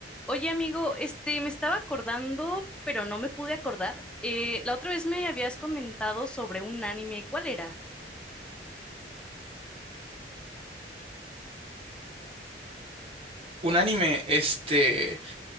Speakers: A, in the centre; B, on the right.
A: Oye, amigo, este, me estaba acordando, pero no me pude acordar. Eh, la otra vez me habías comentado sobre un anime, ¿cuál era?
B: Un anime, este,